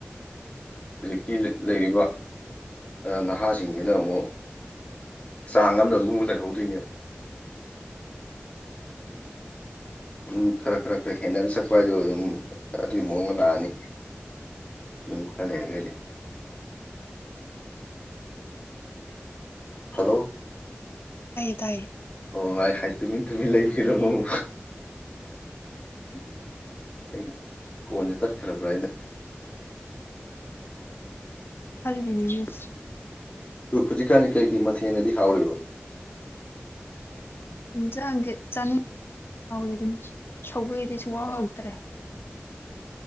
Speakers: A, on the left; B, on the left.
A: ꯍꯧꯖꯤꯛꯀꯤ ꯂꯩꯔꯤꯕ ꯅꯍꯥꯁꯤꯡꯁꯤꯅ ꯑꯃꯨꯛ ꯆꯥꯡ ꯑꯝꯗ ꯑꯗꯨꯝ ꯂꯩꯍꯧꯗꯣꯏꯅꯦꯕ ꯎꯝ ꯈꯔ ꯈꯔ ꯈꯔ ꯍꯦꯟꯅꯔ ꯆꯠꯄ ꯍꯥꯏꯗꯣ ꯑꯗꯨꯝ ꯑꯗꯨꯒꯤ ꯃꯑꯣꯡꯗ ꯂꯥꯛꯑꯅꯤ ꯎꯝ ꯈꯔꯥ ꯂꯩꯔꯒꯗꯤ ꯍꯂꯣ
B: ꯍꯥꯏꯌ‌ꯦ ꯇꯥꯏꯌ‌ꯦ
A: ꯑꯣ ꯑꯩ ꯍꯥꯏ ꯇꯨꯃꯤꯟ ꯇꯨꯃꯤꯟ ꯂꯩꯒꯔꯤꯗꯨꯕ‌ꯣ
B: <inaudible>
A: ꯑꯩ ꯀꯣꯟꯖ‌ꯦ ꯇꯠꯈ꯭ꯔꯥꯕ꯭ꯔꯥ ꯑꯩꯅ
B: ꯈꯜꯂꯤꯅꯤꯅꯦ
A: ꯍꯧꯖꯤꯛꯀꯥꯟꯗꯤ ꯀꯩ ꯀꯩ ꯃꯊꯦꯡꯅꯗꯤ ꯍꯥꯎꯔꯤꯕ
B: ꯌꯦꯟꯖꯥꯡꯖ‌ꯦ ꯆꯅꯤ ꯍꯥꯎꯋꯦ ꯑꯗꯨꯅꯤ ꯁꯧꯒꯔꯤꯗꯤ ꯁꯨꯡꯍꯥꯎ ꯍꯥꯎꯇ꯭ꯔꯦ